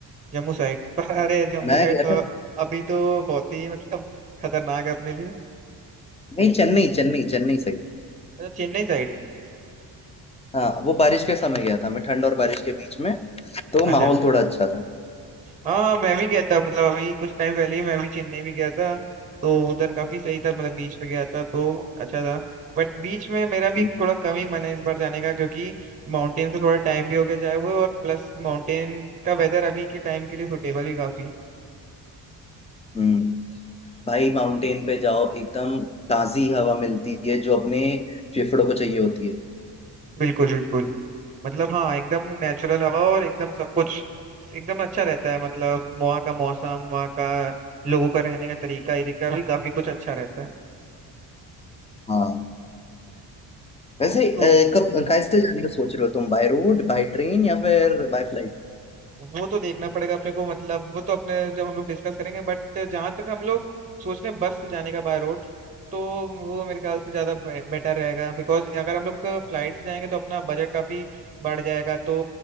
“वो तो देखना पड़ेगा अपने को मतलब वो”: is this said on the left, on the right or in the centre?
Right